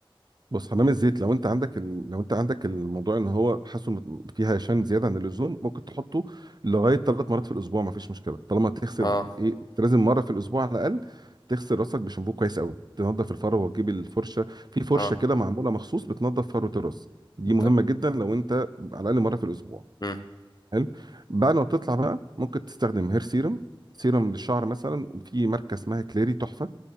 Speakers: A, on the right; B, on the left.
A: بص حمام الزيت لو انت عندك ال... لو انت عندك الموضوع ان هو حاسه مت- فيه هشام زياده عن اللزوم ممكن تحطه لغايه ثلاث مرات في الاسبوع ما فيش مشكله طالما تغسل
B: اه
A: ايه انت لازم مره في الاسبوع على الاقل تغسل راسك بشامبو كويس قوي تنظف الفروه وتجيب الفرشه في فرشه
B: اه
A: كده معموله مخصوص بتنظف فروه الراس دي مهمه
B: طب
A: جدا لو انت على الاقل مره في الاسبوع
B: مم،
A: حلو بعد ما تطلع بقى ممكن تستخدم هير سيرم سيرم للشعر مثلا وفي ماركه اسمها كليري تحفه